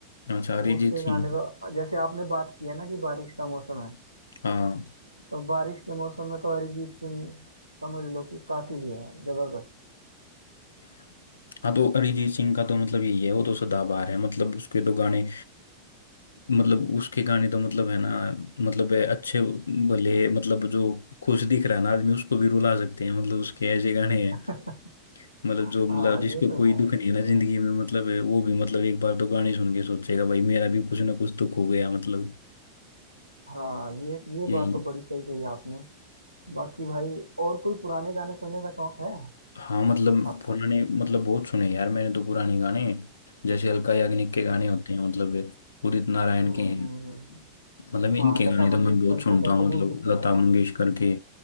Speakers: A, on the left; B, on the right.
A: अच्छा अरिजीत
B: उसके गाने
A: सिंह
B: तो जैसे आपने बात किया ना कि बारिश का मौसम है
A: हाँ
B: तो बारिश के मौसम में तो अरिजीत सिंह समझ लो कि कातिल ही है जबरदस्त
A: हाँ तो अरिजीत सिंह का तो मतलब यही है वो तो सदाबहार है मतलब उसके तो गाने मतलब उसके गाने तो मतलब
B: हम्म।
A: है ना मतलब है अच्छे भले मतलब जो खुश दिख रहा है ना आदमी उसको भी रुला सकते हैं मतलब उसके ऐसे गाने हैं
B: <laughs>
A: मतलब जो मतलब
B: हाँ
A: जिसको
B: ये तो
A: कोई
B: है
A: दुख नहीं है
B: ये
A: ना
B: तो
A: जिंदगी
B: है
A: में मतलब है, वो भी मतलब एक बार तो गाने सुन के सोचेगा भाई मेरा भी कुछ ना कुछ दुख हो गया मतलब
B: हाँ ये ये
A: यही
B: बात तो बड़ी सही कही आपने बाकी भाई और कोई पुराने गाने सुनने का शौक है
A: हाँ मतलब
B: आपको
A: पुराने मतलब बहुत सुने यार मैंने तो पुराने गाने जैसे अलका याग्निक के गाने
B: हम्म
A: होते हैं मतलब ये उदित नारायण
B: हम्म हम्म,
A: के हैं
B: हम्म। हम्म।
A: मतलब इनके
B: हाँ
A: गाने
B: लता
A: तो
B: मंगेशकर
A: मैं बहुत सुनता
B: को कैसे
A: हूँ मतलब
B: भूल सकते
A: लता
B: हैं ना
A: मंगेशकर के